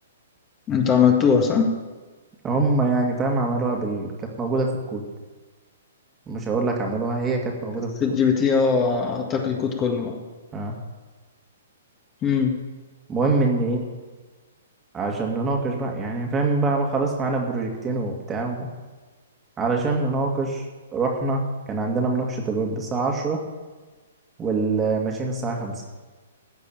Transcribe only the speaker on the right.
هم يعني فاهم عملوها بال... كانت موجودة في الكود مش هقول لك عملوها هي كانت موجودة في
الكود
آه.
المهم إن إيه، عشان نناقش بقى يعني فاهم بقى ما خلاص معانا بروجكتين وبتاع و... علشان نناقش رحنا كان عندنا مناقشة الويب الساعة عشرة والماشين الساعة خمسة